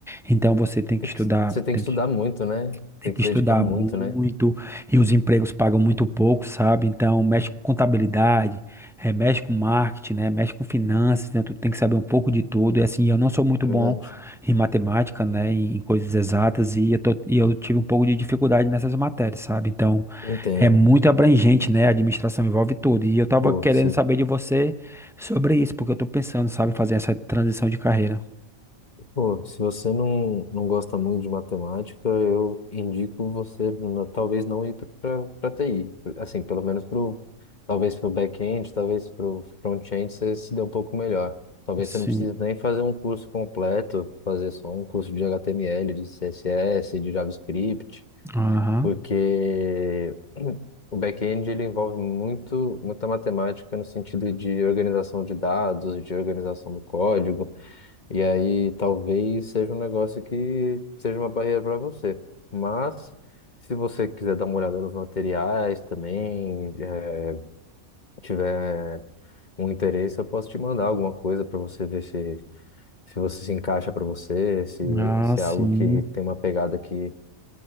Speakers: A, in the centre; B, on the left.
A: Então você tem que
B: É
A: estudar,
B: que você tem
A: tem
B: que estudar
A: que
B: muito, né?
A: tem
B: Tem
A: que
B: que se
A: estudar
B: dedicar muito,
A: muito
B: né?
A: e os empregos pagam muito pouco, sabe? Então, mexe com contabilidade, eh, mexe com marketing, né? Mexe com finanças, né? Tu tem que saber um pouco de tudo. E assim, eu não sou muito
B: É
A: bom
B: verdade.
A: em matemática, né? Em em coisas exatas e eu, tô- e eu tive um pouco de dificuldade nessas matérias, sabe? Então,
B: Entendo.
A: é muito abrangente, né? A administração envolve tudo. E eu tava
B: Pô,
A: querendo
B: se
A: saber de você sobre isso, porque eu tô pensando, sabe, em fazer essa transição de carreira.
B: Pô, se você não, não gosta muito de matemática, eu indico você na- talvez não ir para TI. Assim, pelo menos pro, talvez para o back-end, talvez para o front-end você se dê um pouco melhor. Talvez
A: Sim.
B: você não precise nem fazer um curso completo, fazer só um curso de HTML, de CSS, de JavaScript,
A: Aham.
B: porque o back-end ele envolve muito, muita matemática no sentido de organização de dados, de organização do código. E aí talvez seja um negócio que seja uma barreira para você. Mas se você quiser dar uma olhada nos materiais também, eh, tiver um interesse, eu posso te mandar alguma coisa para você ver se, se você se encaixa para você, se,
A: Ah,
B: se
A: sim.
B: é algo que tem uma pegada que,